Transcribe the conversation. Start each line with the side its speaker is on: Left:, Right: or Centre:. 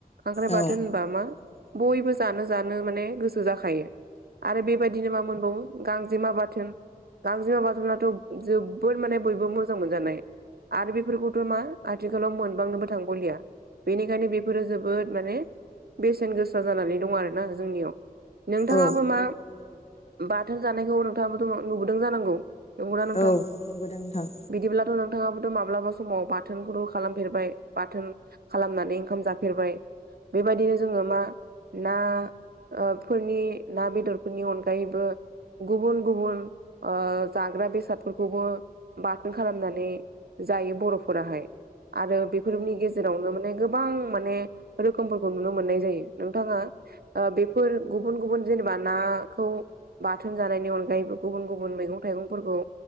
Right: खांख्राइ
Left: औ
Right: बाथोन होनबा मा बयबो जानो जानो माने गोसो जाखायो। आरो बेबायदिनो मा मोनबावो गांजेमा बाथोन। गांज्रिमा बाथौनाथ' जोबोद माने बयबो मोजां मोनजानाय। आरो बेफोरखौथ' मा आथिखालाव मोनबांनोबो थांबावलिया। बेनिखायनो बेफोरो जोबोद माने बेसेन गोसा जानानै दं आरोना जोंनियाव। नोंथाङाबो
Left: औ
Right: मा बाथोन जानायखौ नोंथाङाबोथ' नुबोदों जानांगौ? नंगौना नोंथां
Left: औ नुबोदों नोंथां।
Right: बिदिब्लाथ' नोंथाङाबोथ' माब्लाबा समाव बाथोनखौथ' खालामफेरबाय बाथोन खालामनानै ओंखाम जाफेरबाय बेबायदिनो जोङो मा ना ओ फोरनि ना बेदरफोरनि अनगायैबो गुबुन गुबुन ओ जाग्रा बेसादफोरखौबो बाथोन खालामनानै जायो बर'फोराहाय आरो बेफोरनि गेजेर जेरावनो माने गोबां माने रोखोमफोरखौ नुनो मोननाय जायो नोंथाङा ओ बे फोर गुबुन गुबुन जेनेबा नाखौ बाथोन जानायनि अनगायैबो गुबुन गुबुन मैगं थाइगंफोरखौ